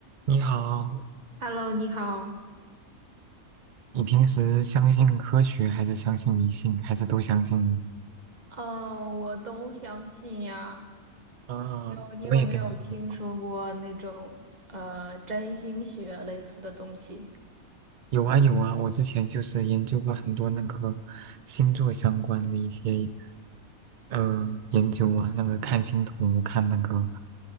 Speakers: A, on the right; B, on the right.
A: 你好，
B: Hello，你好。
A: 你平时相信科学还是相信迷信，还是都相信呢？
B: 嗯，我都相信呀。
A: 啊，
B: 有，你有没有听说过那种呃占星学类似的东西？
A: 我也跟你一样有啊有啊，我之前就是研究过很多那个星座相关的一些呃研究啊，那个看星图、看那个